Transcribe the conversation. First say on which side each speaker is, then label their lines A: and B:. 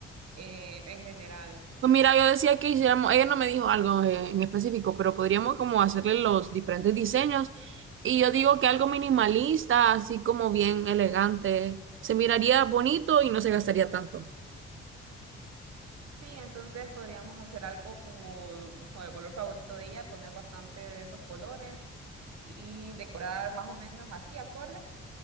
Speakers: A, on the right; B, on the right.
A: eh, en general.
B: Pues mira, yo decía que hiciéramos, ella no me dijo algo eh, en específico, pero podríamos como hacerle los diferentes diseños. Y yo digo que algo minimalista, así como bien elegante, se miraría bonito y no se gastaría tanto.
A: Sí, entonces podríamos hacer algo como con el color favorito de ella, poner bastante de esos colores y decorar más o menos así, acorde.